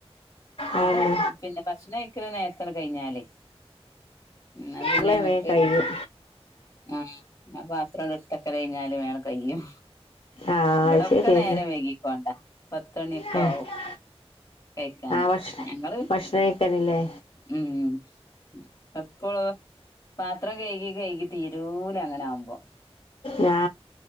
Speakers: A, on the left; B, on the left.
A: ഫുഡൈ
B: അതന്നെ
A: പിന്നെ ഭക്ഷണൈക്ക്ണെ നേര്ത്താണ്ട് കഴിഞ്ഞാലേ എന്നാ
B: അടുക്കള
A: പിന്നെ അമ്മക്ക്
B: വേഗം കഴിയും
A: ആ ആ പാ ത്രാണ്ട് ഇട്ത്തക്കലയിഞ്ഞാല് വേഗം കയ്യും
B: ആ
A: ഇവടൊക്കെ
B: അത് ശരിയന്നെ
A: നേരം വൈകിക്കോണ്ട പത്തണിക്കാവും
B: ആ
A: കൈക്കാന്
B: ഭക്ഷ
A: ഞങ്ങള്
B: ഭക്ഷണം കഴിക്കാനില്ലേ
A: ഉം ഉം എപ്പളൊ പാത്രം കൈകി കൈകി തീരൂല അങ്ങനാവ്മ്പൊ
B: ഞാ